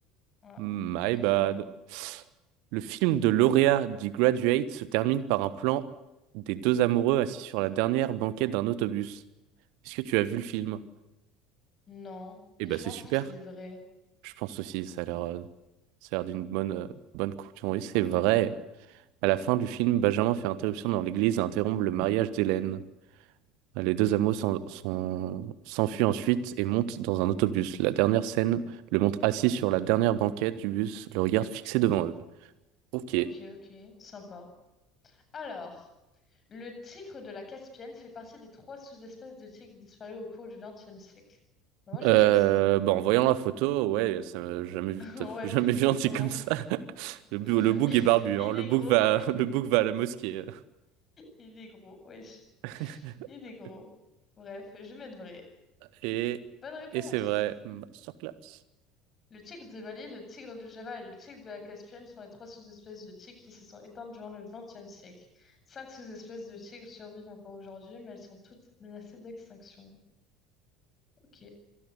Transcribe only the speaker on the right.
My
bad.
Le film de lauréat du Graduate se termine par un plan des deux amoureux assis sur la dernière banquette d'un autobus. Est-ce que tu as vu le film?
Eh ben,
c'est
super.
Je pense aussi, ça a l'air, euh, ça a l'air d'une bonne, euh, bonne conclusion. Oui, c'est vrai. À la fin du film, Benjamin fait interruption dans l'église et interrompt le mariage d'Hélène. Bah, Les deux amoureux s'en- sont- s'enfuient ensuite et montent dans un autobus. La dernière scène le montre assis sur la dernière banquette du bus, le regard fixé devant eux. Ok.
Euh,
bah, en voyant la photo, ouais, ça m'a jamais vu,
t'as
<laughs> jamais vu un type
comme ça. <laughs> Le,
bou- le bouc est barbu,
hein. Le
bouc
va, <laughs> le bouc va à la mosquée.
<laughs>
Et,
et c'est vrai, masterclass.